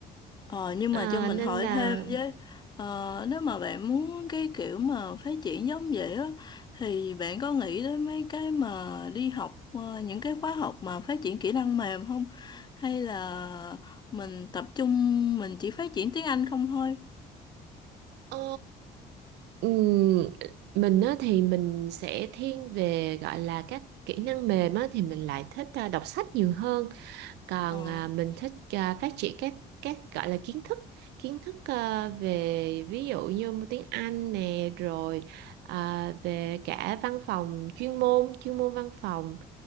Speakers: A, on the left; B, on the right.
A: ờ, nhưng
B: Ờ,
A: mà cho mình
B: nên
A: hỏi
B: là
A: thêm với ờ, nếu mà bạn muốn cái kiểu mà phát triển giống vậy á thì bạn có nghĩ đến mấy cái mà đi học ờ, những cái khóa học mà phát triển kỹ năng mềm không hay là mình tập trung mình chỉ phát triển tiếng Anh không thôi
B: ờ, Ừm, mình á, thì mình sẽ thiên về gọi là các kỹ năng mềm á, thì mình lại thích à, đọc sách nhiều hơn còn
A: ờ
B: à, mình thích à, phát triển các các gọi là kiến thức kiến thức à, về ví dụ như tiếng Anh nè rồi à, về cả văn phòng chuyên môn chuyên môn văn phòng